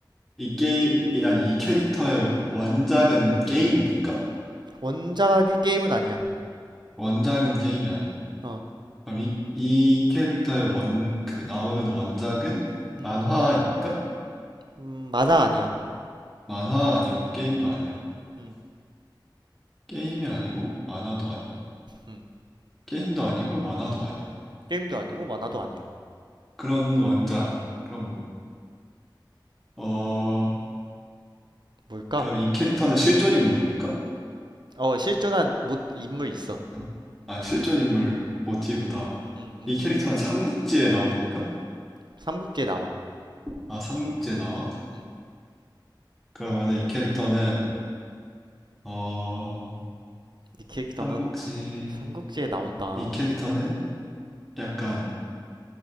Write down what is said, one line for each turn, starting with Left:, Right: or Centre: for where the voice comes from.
Centre: 이 게임, 이- 아니 이 캐릭터의 원작은 게임입니까?
Right: 원작이 게임은 아니야.
Centre: 원작은 게임이 아니고.
Right: 어.
Centre: 그럼 이, 이 캐릭터의 원, 그 나오는 원작은
Right: 음.
Centre: 만화입니까?
Right: 음, 만화 아니야.
Centre: 만화 아니고 게임도
Right: 음.
Centre: 아니야.
Right: 음.
Centre: 게임이 아니고 만화도 아니야.
Right: 음.
Centre: 게임도 아니고 만화도 아니야.
Right: 게임도 아니고 만화도 아니야.
Centre: 그런 원작. 그럼, 어,
Right: 뭘까?
Centre: 그럼 이 캐릭터는 실존 인물입니까?
Right: 어, 실존한 못, 인물 있어.
Centre: 어. 아, 실존 인물 모티브다.
Right: 응, 응,
Centre: 이
Right: 응.
Centre: 캐릭터는 삼국지에 나옵니까?
Right: 삼국지에 나와.
Centre: 아, 삼국지에 나와?
Right: 응.
Centre: 그러면은 이 캐릭터는, 어,
Right: 네 캐릭터는
Centre: 삼국지,
Right: 삼국지에 나온다.
Centre: 이 캐릭터는 약간
Right: 응.